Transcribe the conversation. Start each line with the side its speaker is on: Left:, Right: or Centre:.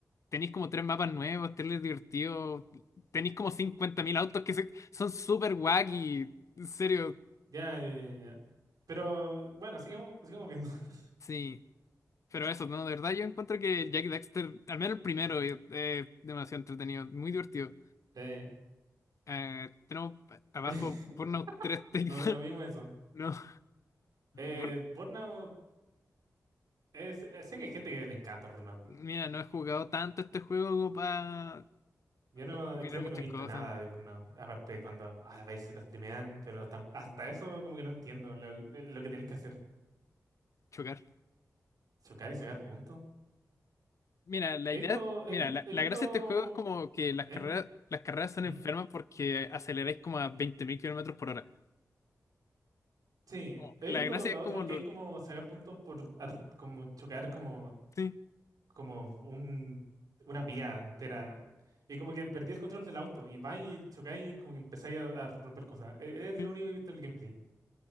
Left: tenéis como tres mapas nuevos, tenéis divertido, tenéis como 50.000 autos que se- son súper wacky, en serio,
Right: Ya, ya, ya, ya. ya. Pero bueno, sigamos, sigamos viendo. <laughs>
Left: sí. Pero eso, no, de verdad yo encuentro que Jack Dexter, al menos el primero, es demasiado entretenido, muy divertido.
Right: Eh,
Left: Eh, tenemos abajo
Right: <laughs>
Left: Burnout tres Takedown.
Right: no, no vimos eso.
Left: <laughs>
Right: Eh,
Left: No,
Right: Burnout, es, eh, sé que hay gente que le encanta Burnout.
Left: Mira, no he jugado tanto este juego para
Right: Yo no
Left: opinar
Right: creo
Left: muchas
Right: que no he visto
Left: cosas,
Right: nada de Burnout, aparte de cuando a veces lo streamean, pero tam- hasta eso como que no entiendo lo, lo que tenéis que hacer.
Left: chocar.
Right: Chocar y sacar puntos.
Left: Mira, la
Right: He
Left: idea,
Right: visto, he,
Left: mira,
Right: vis-
Left: la,
Right: he
Left: la
Right: visto,
Left: gracia de este juego es como que las
Right: ¿eh?
Left: carreras, las carreras son
Right: Ujú.
Left: enfermas porque aceleráis como a 20.000 kilómetros por hora.
Right: Sí,
Left: Como-
Right: he
Left: La
Right: visto
Left: gracia
Right: lo
Left: es
Right: otro
Left: como lo-
Right: que es como sacar puntos por, at- como chocar como,
Left: sí,
Right: como un, una vía entera. Y como que perdí el control del auto y va y chocáis y como que empezáis a, a romper cosas. E- Es, lo
Left: sí,
Right: único que he visto en el gameplay,